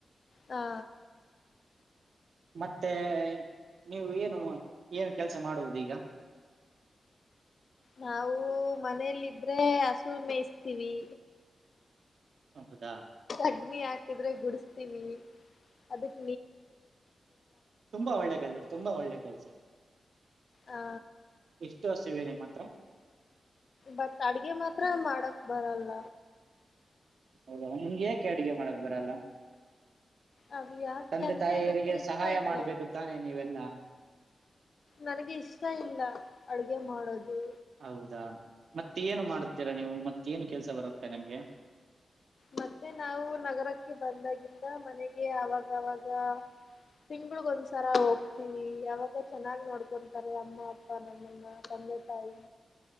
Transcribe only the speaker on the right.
ಮತ್ತೆ ನೀವು ಏನು ಏನ ಕೆಲ್ಸ ಮಾಡುವುದೀಗ
ಹೌದಾ.
ತುಂಬಾ ಒಳ್ಳೆ ಕೆಲ್ಸ ತುಂಬಾ ಒಳ್ಳೆ ಕೆಲ್ಸ.
ಇಷ್ಟ <unintelligible>
ಹೌದ ನಿಮ್ಗೆ ಯಾಕೆ ಅಡುಗೆ ಮಾಡಕ್ ಬರಲ್ಲ.
ತಂದೆ
ತಾಯಿಯರಿಗೆ
ಸಹಾಯ
ಮಾಡ್ಬೇಕು ತಾನೆ ನೀವೆಲ್ಲ
ಹೌದಾ ಮತ್ತ ಏನು ಮಾಡುತ್ತೀರಾ ನೀವು ಮತ್ತೇಏನು ಕೆಲ್ಸ ಬರುತ್ತೆ ನೀಮ್ಗೆ